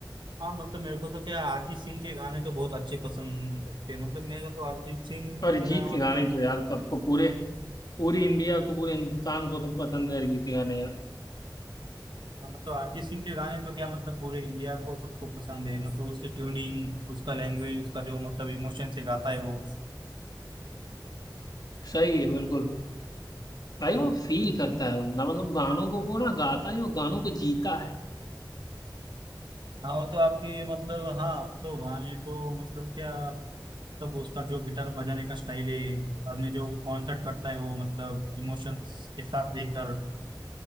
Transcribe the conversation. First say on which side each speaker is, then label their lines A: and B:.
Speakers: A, on the right (about 75°); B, on the left (about 55°).
A: हाँ मतलब मेरे को तो क्या अरिजीत सिंह के गाने तो बहुत अच्छे पसंद लगते हैं मतलब मेरा तो अरिजीत सिंह
B: अरिजीत
A: मेरा
B: के
A: मतलब
B: गाने तो यार सबको पूरे पूरी इंडिया को पूरे हिंदुस्तान को सब पसंद है अरिजीत के गाने यार
A: हाँ, तो अरिजीत सिंह के गाने तो क्या मतलब पूरे इंडिया को सबको पसंद है मतलब उसकी ट्यूनिंग उसका लैंग्वेज उसका जो मतलब इमोशन से गाता है वो
B: सही है बिल्कुल भाई वो फील करता है बंदा मतलब गानों को वो ना गाता नहीं वो गानों को जीता है
A: हाँ वो तो आपकी मतलब हाँ तो गाने को मतलब क्या मतलब उसका जो गिटार बजाने का स्टाइल है आदमी जो कॉन्सर्ट करता है वो मतलब इमोशंस के साथ देकर